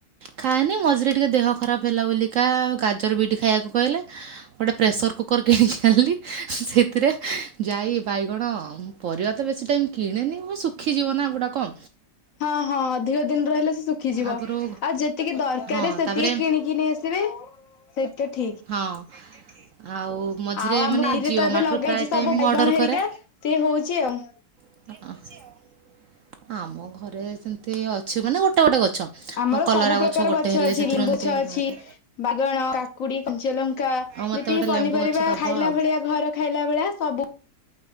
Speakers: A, on the right; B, on the left.
A: ଖାଏନି ମଝିରେ ଟିକେ ଦେହ ଖରାପ ହେଲା ବୋଲିକା ଗାଜର, ବିଟ୍ ଖାଇବାକୁ କହିଲେ ଗୋଟିେ ପ୍ରେସର କୁକର୍ କିଣିକି ଆଣିଲି ସେଥିରେ ଜାଇ, ବାଇଗଣ ପରିବା ତ ବେଶୀ ଟାଇମ୍ କିଣେନି ମୁଁ ଶୁଖିଯିବ ନା ଏଗୁଡ଼ାକ।
B: ହଁ ହଁ ଅଧିକ ଦିନ ରହିଲେ ସେ ଶୁଖିଯିବ
A: ଆଗରୁ
B: ଆଉ ଯେତିକି ଦରକାର
A: ହଁ
B: ସେତିକି
A: ତାପରେ
B: କିଣିକି ନେଇ ଆସିବେ ସେଇଟା ଠିକ୍।
A: ହଁ। ଆଉ ମଝିରେ
B: ଆଉ ଆମ
A: ମାନେ
B: <unintelligible>
A: ଜିଓ
B: ତ ଏବେ
A: ମାର୍ଟରୁ
B: ଲଗାହେଇଛି
A: ପ୍ରାୟ ଟାଇମ୍
B: ସବୁ
A: ମୁଁ
B: ବାଇଗଣ
A: ଅର୍ଡ଼ର
B: ହେରିକା
A: କରେ
B: ସିଏ ହଉଛି ଆଉ।
A: <unintelligible> ଆମ ଘରେ ସେମିତି ଅଛି ମାନେ ଗୋଟେ ଗୋଟେ ଗଛ
B: ଆମର
A: କଲରା
B: ସବୁ ପ୍ରକାର
A: ଗୋଟେ
B: ଗଛ
A: ହେଲେ
B: ଅଛି।
A: ସେଥିରୁ
B: ଲେମ୍ବୁ
A: ଏମିତି
B: ଗଛ
A: ବାହାରେ।
B: ଅଛି ବାଇଗଣ, କାକୁଡ଼ି, କଞ୍ଚ ଲଙ୍କା
A: ଆଉ ମତେ
B: ଯେତିକି
A: ଗୋଟେ
B: ପନିପରିବା
A: ଲେମ୍ବୁ ଗଛ ଦବ
B: ଖାଇଲା
A: ଆଉ।
B: ଭଳିଆ ଘର ଖାଇଲା ଭଳିଆ ସବୁ